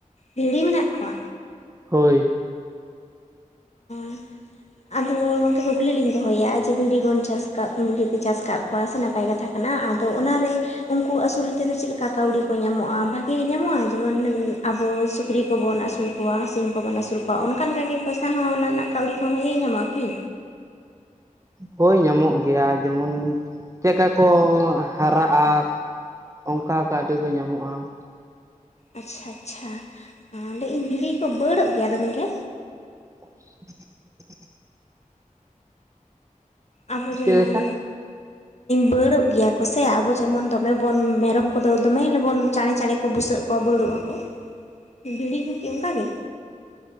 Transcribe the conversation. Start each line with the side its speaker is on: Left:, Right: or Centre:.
Left: ᱵᱷᱤᱲᱤ ᱢᱮᱱᱟᱜ ᱠᱚᱣᱟ?
Right: ᱦᱳᱭ᱾
Left: <inaudible> ᱟᱫᱚ ᱜᱚᱝᱠᱮ ᱠᱩᱠᱞᱤ ᱞᱤᱧ ᱫᱚᱦᱚᱭᱟ ᱡᱮ ᱵᱷᱤᱲᱤ ᱵᱚᱱ ᱪᱟᱥ ᱠᱟᱜ ᱵᱷᱤᱲᱤ ᱯᱮ ᱪᱟᱥ ᱟᱠᱟᱫ ᱠᱚᱣᱟ ᱥᱮ ᱱᱟᱯᱟᱭ ᱠᱟᱛᱷᱟ ᱠᱟᱱᱟ ᱟᱫᱚ ᱚᱱᱟᱨᱮ ᱩᱱᱠᱩ ᱟᱹᱥᱩᱞ ᱛᱮᱫᱚ ᱪᱮᱫ ᱞᱮᱠᱟ ᱠᱟᱹᱣᱰᱤ ᱠᱚ ᱧᱟᱢᱚᱜᱼᱟ ᱵᱷᱟᱹᱜᱤ ᱜᱮ ᱧᱟᱢᱚᱜᱼᱟ ᱡᱮᱢᱚᱱ ᱟᱵᱚ ᱥᱩᱠᱨᱤ ᱠᱚᱵᱚᱱ ᱟᱹᱥᱩᱞ ᱠᱚᱣᱟ ᱥᱤᱢ ᱠᱚᱵᱚᱱ ᱟᱹᱥᱩᱞ ᱠᱚᱣᱟ ᱚᱱᱠᱟ ᱞᱮᱠᱟ ᱜᱮ ᱯᱚᱭᱥᱟ ᱦᱚᱸ ᱚᱱᱟ ᱨᱮᱱᱟᱜ ᱠᱟᱹᱣᱰᱤ ᱠᱚᱦᱚᱸ ᱵᱷᱟᱜᱤ ᱧᱟᱢᱚᱜᱼᱟ ᱠᱤ?
Right: ᱦᱳᱭ ᱧᱟᱢᱚᱜ ᱜᱮᱭᱟ ᱡᱮᱢᱚᱱ ᱪᱮᱫ ᱠᱟ ᱠᱚ ᱦᱟᱨᱟᱜᱼᱟ ᱚᱱᱠᱟ ᱠᱟᱹᱣᱰᱤ ᱠᱚ ᱧᱟᱢᱚᱜᱼᱟ ᱾
Left: ᱟᱪᱪᱷᱟ ᱟᱪᱪᱷᱟ ᱞᱟᱹᱭ ᱤᱧ ᱵᱷᱤᱲᱤ ᱠᱚ ᱵᱟᱹᱲᱚᱜ ᱜᱮᱭᱟ ᱫᱚᱢᱮ ᱜᱮ?
Right: <unintelligible>
Left: ᱟᱵᱚ ᱡᱮᱢᱚᱱ
Right: ᱪᱮᱫ ᱞᱮᱠᱟ
Left: ᱵᱟᱹᱲᱚᱜ ᱜᱮᱭᱟ ᱠᱚ ᱥᱮ ᱟᱵᱚ ᱡᱮᱢᱚᱱ ᱫᱚᱢᱮ ᱵᱚᱱ ᱢᱮᱨᱚᱢ ᱠᱚᱫᱚ ᱫᱚᱢᱮ ᱞᱚᱜᱚᱱ ᱪᱟᱬᱮ ᱪᱟᱬᱮ ᱠᱚ ᱵᱩᱥᱟᱹᱜ ᱠᱚᱣᱟ ᱵᱟᱹᱲᱚᱜ ᱟᱠᱚ, ᱵᱷᱤᱲᱤ ᱦᱚᱸ ᱠᱤ ᱚᱱᱠᱟ ᱜᱮ?